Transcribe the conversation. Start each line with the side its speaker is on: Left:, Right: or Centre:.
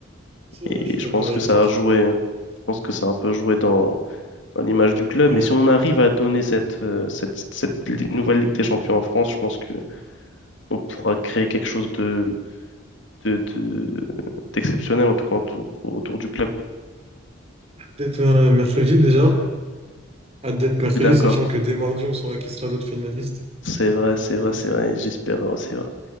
Right: c'est
Left: Et
Right: vrai, je suis
Left: je
Right: d'accord
Left: pense
Right: avec
Left: que ça
Right: toi.
Left: a joué, hein. je pense que ça a un peu joué dans, dans l'image du club.
Right: Ouais,
Left: Mais si
Right: écoute,
Left: on arrive à donner cette, euh, cette, cette li- nouvelle Ligue des Champions en France, je pense que on pourra créer quelque chose de, de, de- d'exceptionnel, en tout cas autour, autour du club.
Right: peut-être euh, mercredi déjà. Hâte d'être mercredi,
Left: Je suis d'accord.
Right: sachant que dès mardi, on saura qui sera l'autre finaliste.
Left: C'est vrai, c'est vrai, c'est vrai. J'espère, c'est vrai.